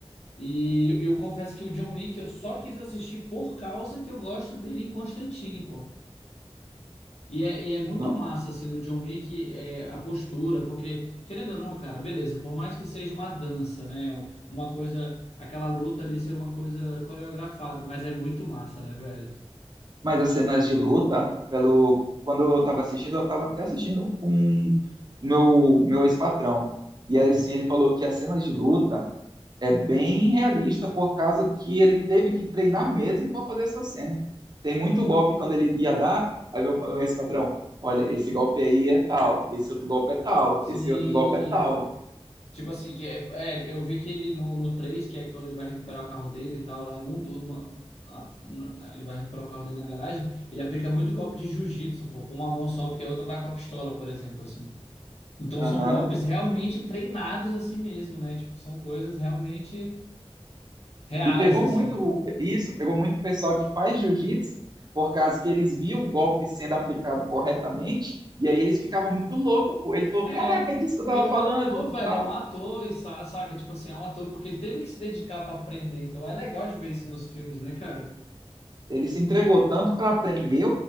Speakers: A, on the left; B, on the right.
A: E eu confesso que o John Wick eu só quis assistir por causa que eu gosto dele em Constantine, pô. E é, e é muito
B: Não,
A: massa, assim, no John Wick, é, a postura, porque, querendo ou não, cara, beleza, por mais que seja uma dança, né? um- Uma coisa, aquela luta ali ser uma coisa coreografada, mas é muito massa, né, velho?
B: mas as cenas de luta, pelo, quando eu tava assistindo, eu tava até assistindo com o meu, meu ex-patrão. E
A: Uhum.
B: aí, assim, ele falou que as cenas de luta é bem realista por causa que ele teve que treinar mesmo para fazer essa cena. Tem muito golpe quando ele ia dar, aí meu meu ex-patrão, olha, esse golpe aí é tal, esse outro golpe é tal,
A: Sim.
B: esse outro golpe é tal.
A: Tipo assim, que é, é, eu vi que ele no, no 3 que é quando ele vai recuperar o carro dele e tal, lá, é um, do- uma, a- um, ele vai recuperar o carro dele na garagem, ele aplica muito golpe de jiu-jitsu, pô, com uma mão só, porque a outra tá com a pistola, por exemplo, assim. Então
B: Aham.
A: são golpes realmente treinados assim mesmo, né? Tipo, são coisas realmente reais,
B: E pegou
A: assim.
B: muito o- isso, pegou muito o pessoal que faz jiu-jitsu por causa que eles viam o golpe sendo aplicado corretamente e aí eles ficavam muito loucos, pô. Ele falou,
A: É,
B: caraca, é disso que
A: porque
B: eu tava
A: é um
B: falando
A: ator,
B: e
A: velho,
B: tal.
A: é um ator, e sa- saca, tipo assim, é um ator, porque ele teve que se dedicar pra aprender. Então é legal de ver isso nos filmes, né, cara?
B: Ele se entregou tanto para aprender